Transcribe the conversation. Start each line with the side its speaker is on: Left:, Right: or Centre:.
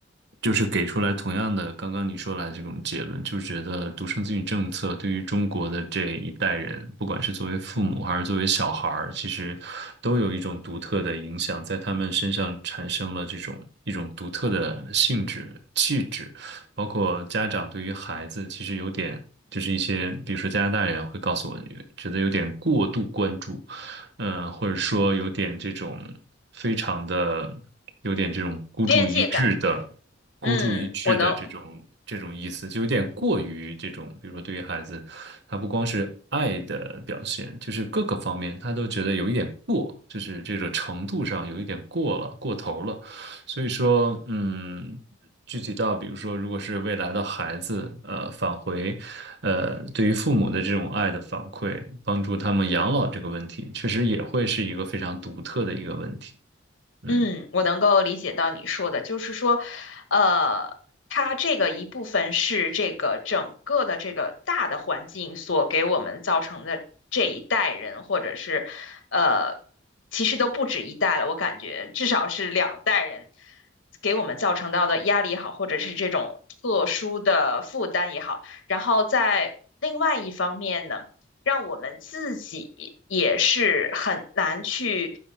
Right: 就是给出来同样的刚刚你说来这种结论，就是觉得独生子女政策对于中国的这一代人，不管是作为父母还是作为小孩儿，其实都有一种独特的影响，在他们身上产生了这种一种独特的性质、气质，包括家长对于孩子其实有点。就是一些，比如说加拿大人会告诉我，觉得有点过度关注，嗯、呃或者说有点这种非常的有点这种孤注一掷的
Left: 边界感。
Right: 孤注一掷的这种这种意思，
Left: 嗯，我能，
Right: 就有点过于这种，比如说对于孩子，他不光是爱的表现，就是各个方面他都觉得有一点过，就是这个程度上有一点过了，过头了。所以说，嗯，具体到比如说，如果是未来的孩子，呃，返回，呃，对于父母的这种爱的反馈，帮助他们养老这个问题，确实也会是一个非常独特的一个问题。嗯，
Left: 嗯，我能够理解到你说的，就是说，呃，它这个一部分是这个整个的这个大的环境所给我们造成的这一代人，或者是，呃，其实都不止一代了，我感觉至少是两代人给我们造成到的压力也好，或者是这种特殊的负担也好，然后在另外一方面呢。让我们自己也是很难去。